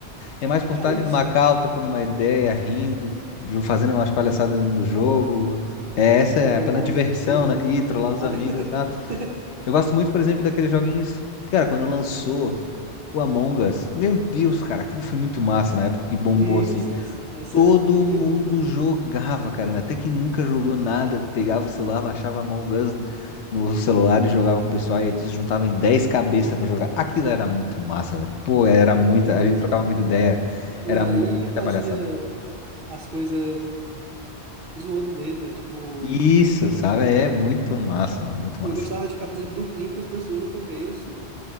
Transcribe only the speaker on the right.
é
isso.
Trollar
os amigos,
né, e
tudo mais.
<laughs>
E
isso, essa, essa
época eu joguei
muito também.
Pois
é,
então.
E
aí
fazia
as coisas zoando mesmo, é tipo.
é,
eu
gostava de ficar fazendo duplinha com as pessoas no começo,